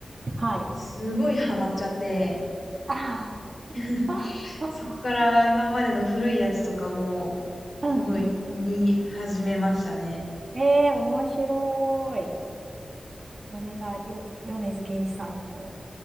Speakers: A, on the right; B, on the left.
A: はい。
B: すごいハマっちゃって、
A: あ
B: <laughs>
A: ーあ、あ、
B: そっから今までの古いやつとかも、
A: うんうんう
B: すごい見始めましたね。
A: ん。ええー、面白い。それがよ、米津玄師さんの、